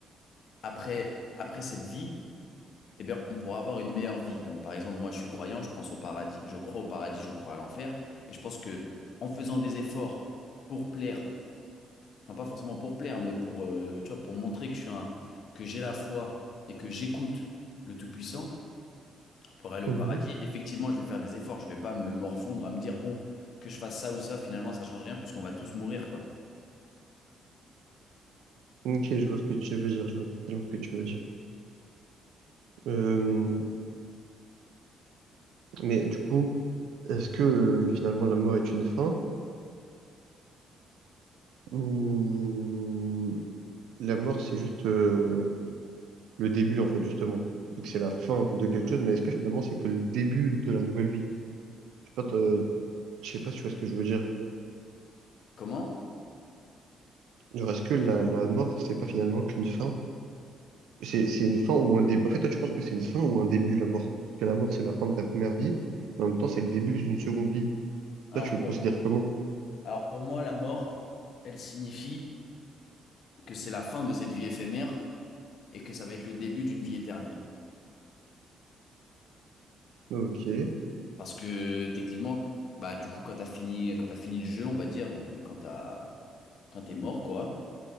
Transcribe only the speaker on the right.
Mhm.
Ok, je vois ce que tu veux dire, je vois totalement ce que tu veux dire. Euh, mais du coup, est-ce que euh, finalement la mort est une fin? Ou la mort, c'est juste euh, le début, en fait, justement. Et que c'est la fin de quelque chose, mais est-ce que finalement, c'est que le début de la nouvelle vie? Je sais pas, t'as- je sais pas si tu vois ce que je veux dire.
Genre, est-ce que la, la mort, c'est pas finalement qu'une fin? C'est, c'est une fin ou un début. En fait, toi, tu penses que c'est une fin ou un début, la mort? Parce que la mort, c'est la fin de la première vie, mais en même temps, c'est le début d'une seconde vie.
Toi, tu le
considères comment?
Ok,